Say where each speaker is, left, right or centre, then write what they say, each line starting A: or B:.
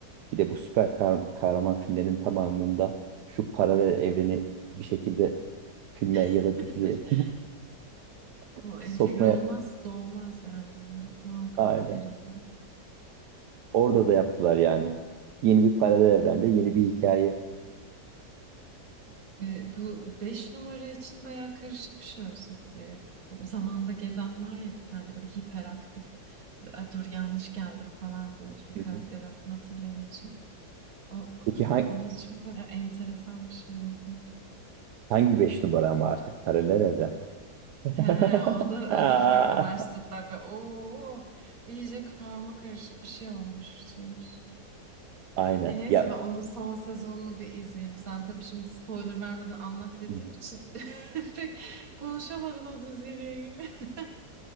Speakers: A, on the right; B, on the right.
A: bir de bu süper kah- kahraman filmlerinin tamamında şu paralel evreni bir şekilde filme ya
B: <laughs>
A: da diziye <laughs>
B: Bu entegre
A: sokmaya
B: olmazsa olmaz yani muhakkak
A: aynen.
B: diğerinde.
A: Orada da yaptılar yani. Yeni bir paralel evrende yeni bir hikaye.
B: Ee, bu beş numara için bayağı karışık bir şey olsa gerek. Bu Zamanda gezen var ya bir tane böyle hiperaktif. "A, Dur yanlış geldim falan diyor. Şimdi
A: Hı
B: karakterin
A: hı.
B: adını hatırlayamayacağım. O,
A: Peki hangi,
B: onun için böyle enteresan bir şey oldu.
A: hangi beş numara ama artık paralel evren?
B: He, he,
A: <laughs>
B: o da
A: Aa,
B: o da farklılaştı tabii. Oo, iyice karma karışık bir şey olmuştur.
A: Aynen.
B: E neyse
A: Ya
B: ben onun son sezonunu bir izleyeyim. Sen tabii şimdi spoiler vermeden anlat dediğim
A: hı,
B: için <laughs> pek konuşamadın o diziyle ilgili. <laughs>